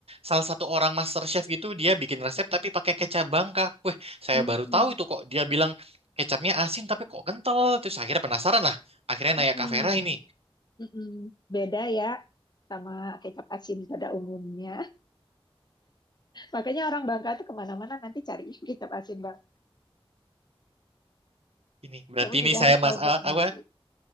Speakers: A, on the right; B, on the left.
A: salah satu orang master chef gitu, dia bikin resep tapi pakai kecap bangka. Wih, saya
B: Hmm,
A: baru tahu itu kok. Dia bilang kecapnya asin tapi kok kental. Terus akhirnya penasaran lah. Akhirnya
B: mm-mm,
A: nanya Kak Vera ini.
B: mm-mm. Beda ya sama kecap asin pada umumnya. Makanya orang Bangka tuh kemana-mana nanti cari <laughs> kita asin bang.
A: Ini berarti
B: Kamu juga
A: ini saya
B: harus
A: mas
B: coba
A: eh,
B: nanti.
A: apa